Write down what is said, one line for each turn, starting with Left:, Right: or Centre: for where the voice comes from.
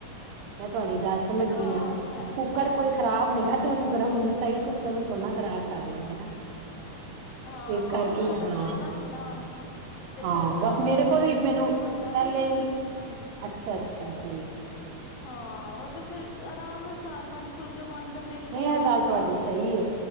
Right: ਮੈਂ ਤੁਹਾਡੀ ਗੱਲ ਸਮਝ
Left: ਹਾਂ
Right: ਗਈ ਆ।
Left: ਉਹ ਤੇ ਹੈ
Right: ਕੁੱਕਰ ਕੋਈ ਖਰਾਬ ਹੋਏਗਾ
Left: ਹਾਂਜੀ
Right: ਤੇ ਔਨੂੰ ਕਰਾਂਗੀ ਸਿੱਧਾ। ਸਹੀ ਕੁੱਕਰ ਨੂੰ ਥੋੜ੍ਹਾ ਨਾ ਖ਼ਰਾਬ ਕਰ ਲਾਂਗੇ ਨਾ
Left: ਹਾਂ
Right: ਇਸ ਕਰਕੇ
Left: ਓਹੀ ਸਾਡਾ
Right: ਹਾਂ
Left: ਪੁਰਾਣਾ ਸੀ ਨਾ ਤੇ
Right: ਹਾਂ
Left: ਫੇਰ
Right: ਬਸ
Left: ਤਾਂ ਕਰਕੇ
Right: ਮੇਰੇ ਕੋਲ ਵੀ ਮੈਨੂੰ
Left: ਕੁਛ ਵੱਡਾ
Right: ਪਹਿਲੇ
Left: ਵੀ ਸੀ ਹੂੰ।
Right: ਅੱਛਾ-ਅੱਛਾ ਠੀਕ ਹੈ
Left: ਹਾਂ ਓਹ ਤੇ ਫੇਰ ਆਰਾਮ ਨਾਲ ਚਾਰ ਪੰਜ ਫੁਲਕੇ ਬਣ ਜਾਂਦੇ ਇੱਕੋ
Right: ਨਹੀਂ
Left: ਵਾਰੀ
Right: ਇਹ ਗੱਲ
Left: ਚ
Right: ਤੁਹਾਡੀ
Left: ਨਾ
Right: ਸਹੀ ਏ।